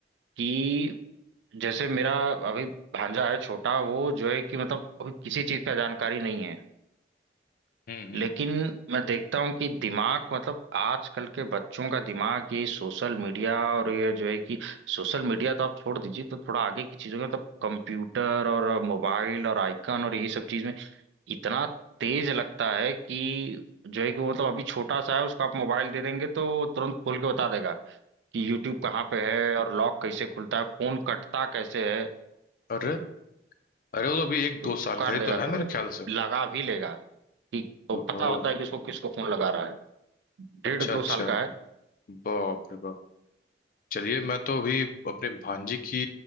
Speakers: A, on the right; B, on the left.
A: कि जैसे मेरा अभी भांजा है छोटा वो जो है कि मतलब अभी किसी चीज का जानकारी नहीं है
B: हम्म हम्म
A: लेकिन मैं देखता हूँ कि दिमाग मतलब आजकल के बच्चों का दिमाग ये सोशल मीडिया और ये जो है कि सोशल मीडिया तो आप छोड़ दीजिए तो थोड़ा आगे की चीजों में मतलब कंप्यूटर और मोबाइल और आइकन और ये सब चीज में इतना तेज लगता है कि जो है कि वो मतलब अभी छोटा सा है उसको आप मोबाइल दे देंगे तो तुरंत खोल के बता देगा कि यूट्यूब कहाँ पे है और लॉक कैसे खुलता है फोन कटता कैसे है
B: अरे अरे वो तो अभी एक दो
A: तो
B: साल
A: काट
B: का ही
A: देगा
B: तो है
A: तुरंत
B: मेरे ख्याल से
A: लगा भी लेगा कि वो
B: ओहो
A: पता होता है कि उसको किसको फोन लगा रहा है डेढ़
B: अच्छा
A: दो
B: अच्छा
A: साल का है
B: बाप रे बाप चलिए मैं तो अभी अपने भांजी की